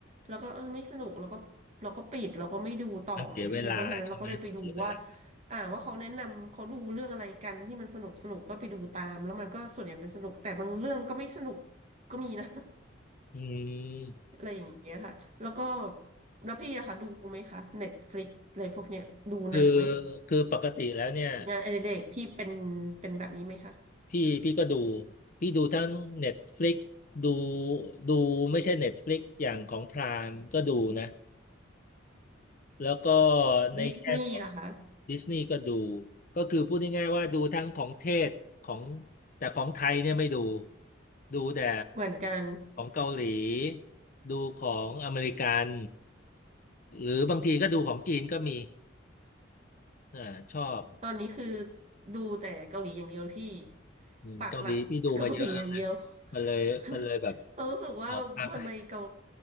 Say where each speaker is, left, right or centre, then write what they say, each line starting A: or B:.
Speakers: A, on the right; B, on the left.
A: แล้วก็เออไม่สนุกเราก็เราก็ปิดเราก็ไม่ดูต่อไงพี่เพราะฉะนั้นเราก็เลยไปดูว่า
B: มันเสียเวลาใช่ไหมเสียเวลา
A: อ่าว่าเขาแนะนำเขาดูเรื่องอะไรกันที่มันสนุกสนุกก็ไปดูตามแล้วมันก็ส่วนใหญ่เป็นสนุกแต่บางเรื่องก็ไม่สนุกก็มีนะ
B: อืม
A: <laughs> อะไรอย่างเงี้ยค่ะแล้วก็แล้วพี่อะค่ะดูไหมคะเน็ตฟลิกอะไรพวกเนี้ยดูหนังไหม
B: คือคือปกติแล้วเนี่ย
A: งานอดิเรกพี่เป็นเป็นแบบนี้ไหมคะ
B: พี่พี่ก็ดูพี่ดูทั้ง Netflix ดูดูไม่ใช่ Netflix อย่างของพรามก็ดูนะ แล้วก็ในแง่ของ
A: ดิสนีย์ล่ะคะ
B: ดิสนีย์ก็ดู ก็คือพูดง่ายๆว่าดูทั้งของเทศของแต่ของไทยเนี่ยไม่ดู ดูแต่
A: เหมือนกัน
B: ของเกาหลีดูของอเมริกันหรือบางทีก็ดูของจีนก็มีอ่าชอบ
A: ตอนนี้คือดูแต่เกาหลีอย่างเดียวพี่
B: อืมเกาหลีที่ดูมาเยอะแล้วไง
A: ปักหลักเกาหลีอย่างเดียว <laughs>
B: มันเลยมันเลยแบบ
A: เรารู้สึกว่าทำไมเกา
B: ออกพัก